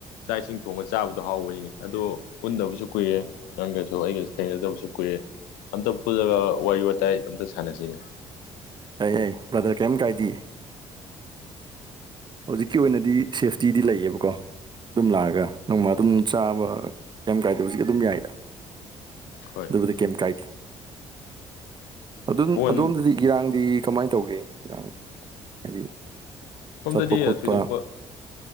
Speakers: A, on the left (about 70°); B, on the right (about 30°).
A: ꯆꯥꯛ ꯏꯁꯤꯡ ꯊꯣꯡꯉꯒ ꯆꯥꯕꯗꯣ ꯍꯥꯎꯕꯅꯤꯅꯦ ꯑꯗꯣ ꯄꯨꯟꯗꯕꯁꯨ ꯀꯨꯏꯔꯦ ꯅꯪꯒꯁꯨ ꯑꯩꯒꯁꯨ ꯊꯦꯡꯅꯗꯕꯁꯨ ꯀꯨꯏꯔꯦ ꯑꯝꯇ ꯄꯨꯜꯂꯒ ꯋꯥꯔꯤ ꯋꯥꯇꯥꯏ ꯑꯝꯇ ꯁꯥꯟꯅꯁꯤꯅꯦ
B: ꯌꯥꯏ ꯌꯥꯏ ꯕ꯭ꯔꯗꯔ ꯀꯦꯝ ꯀꯥꯏꯗꯦ ꯍꯧꯖꯤꯛꯀꯤ ꯑꯣꯏꯅꯗꯤ ꯁꯦꯐꯇꯤꯗꯤ ꯂꯩꯌꯦꯕꯀꯣ ꯑꯗꯨꯝ ꯂꯥꯛꯑꯒ ꯅꯣꯡꯃ ꯑꯗꯨꯝ ꯆꯥꯕ ꯀꯦꯝ ꯀꯥꯏꯗꯦ ꯍꯧꯖꯤꯛ ꯑꯗꯨꯝ ꯌꯥꯏꯗ
A: ꯍꯣꯏ
B: ꯑꯗꯨꯕꯨꯗꯤ ꯀꯦꯝ ꯀꯥꯏꯗꯦ ꯑꯗꯨꯝ
A: ꯕꯣꯟ
B: ꯑꯗꯣꯝꯗꯗꯤ ꯏꯔꯥꯡꯗꯤ ꯀꯃꯥꯏꯅ ꯇꯧꯒꯦ ꯏꯔꯥꯡ ꯍꯥꯏꯗꯤ
A: ꯁꯣꯝꯗꯗꯤ
B: ꯆꯠꯄ ꯈꯣꯠꯄ
A: ꯊꯣꯏꯗꯣꯛꯄ